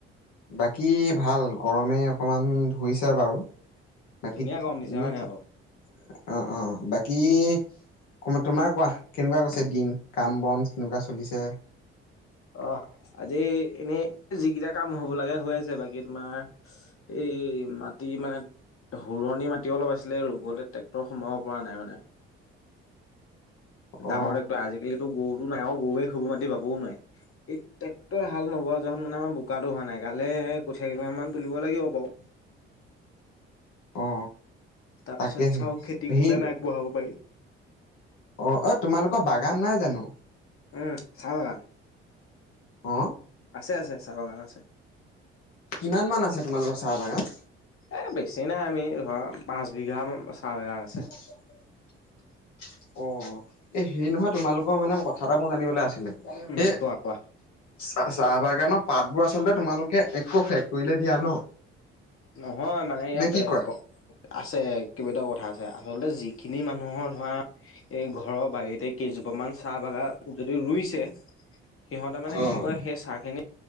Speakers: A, on the left; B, on the left.
A: বাকী ভাল, গৰমে অকমান ধুইছা বাৰু। বাকী
B: ধুনীয়া গৰম দিছে
A: এনেই
B: হয় নাই
A: ঠিক
B: বাৰু?
A: অ', অ', বাকী ক তোমাৰ কোৱা, কেনেকুৱা গৈছে দিন কাম-বন কেনেকুৱা চলিছে?
B: অ' আজি এনেই যিকেইটা কাম হব লাগে হৈ আছে বাকী তোমাৰ। এই মাটি মানে। হুৰণি মাটিও অলপ আছিলে ৰুবলৈ ট্ৰেক্টৰ সোমাব পৰা নাই মানে। ডাঙৰ
A: অ
B: একো আজিকালিতো গৰুতো নাই গৰুৱে সুবু মাতি বাবও নোৱাই। ই ট্ৰেক্টৰে হাল নবোৱা যত মানে আমাৰ বোকা হোৱা নাই কালে কঠিয়া কিল মমান মান তুলিব লাগিব বাৰু।
A: অ অ
B: তাৰ
A: তাকেহে
B: পিছত চাওঁ খেতি কিমান
A: সি
B: আগবঢ়াব পাৰি।
A: অ', অ' তোমালোকৰ বাগান নাই জানো?
B: উম চাহ বাগান?
A: অ
B: আছে আছে চাবাগান আছে।
A: কিমান মান আছে তোমালোকৰ চাহ বাগান?
B: এ বেছি নাই আমি ধৰা পাঁচ বিঘা চাহ বিঘা আছে।
A: হয়। অ' এই হে নহয় তোমালোকৰ মানে কথা এটা মোৰ জানিবলৈ আছিলে।
B: উম
A: এ
B: কোৱা কোৱা।
A: চাহ চাহ বাগানৰ পাতবোৰ আচল্ততে তোমালোকে একো ফেক্টৰীলৈ দিয়া ন?
B: নহয় মানে ইয়াত
A: নে কি কোৱা?
B: ক আছে কেইবাটাও কথা আছে আচলতে যি খিনি মানুহৰ ধৰা এই ঘৰৰ বাৰীতে কেইজোপ মান চাহ বাগা যদি ৰুইছে সিহঁতে মানে
A: অ',
B: কি কয় সেই চাহ খিনি